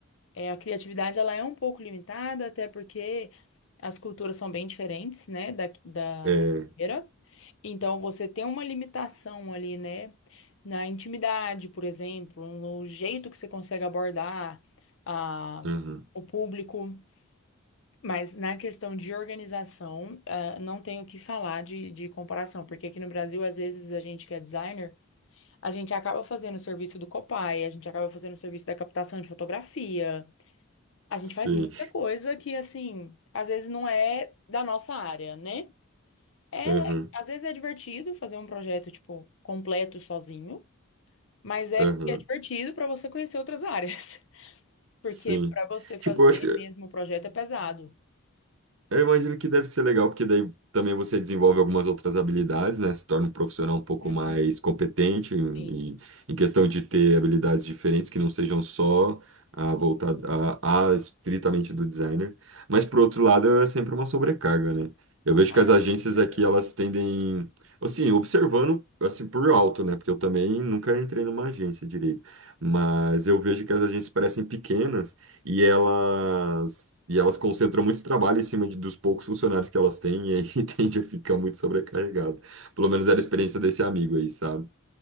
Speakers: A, on the left (about 60°); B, on the right (about 65°).
A: é, a criatividade ela é um pouco limitada, até porque as culturas são bem diferentes, né, da, da
B: É,
A: brasileira. Então você tem uma limitação ali, né, na intimidade, por exemplo, no jeito que você consegue abordar a,
B: aham,
A: o público. Mas na questão de organização, ah, não tenho o que falar de, de comparação, porque aqui no Brasil, às vezes, a gente que é designer. A gente acaba fazendo o serviço do Copai, a gente acaba fazendo o serviço da captação de fotografia. A gente
B: sim,
A: faz muita coisa que, assim, às vezes não é da nossa área, né? É,
B: aham,
A: le- às vezes é divertido fazer um projeto, tipo, completo sozinho, mas é
B: aham,
A: porque é divertido para você conhecer outras áreas. <laughs>
B: sim.
A: Porque para você fazer
B: Tipo, eu acho que
A: mesmo o projeto é pesado.
B: Eu imagino que deve ser legal, porque daí também você desenvolve algumas outras habilidades, né? Se torna um profissional um pouco
A: Uhum,
B: mais competente em,
A: sim, sim.
B: em questão de ter habilidades diferentes que não sejam só a voltada a, a estritamente do designer. Mas por outro lado, é sempre uma sobrecarga, né? Eu vejo
A: Ah,
B: que as
A: não,
B: agências
A: com certeza.
B: aqui elas tendem, assim, observando assim por alto, né? Porque eu também nunca entrei numa agência direito, mas eu vejo que as agências parecem pequenas e elas e elas concentram muito trabalho em cima de, dos poucos funcionários que elas têm e aí <laughs> tende a ficar muito sobrecarregado. Pelo menos era a experiência desse amigo aí, sabe?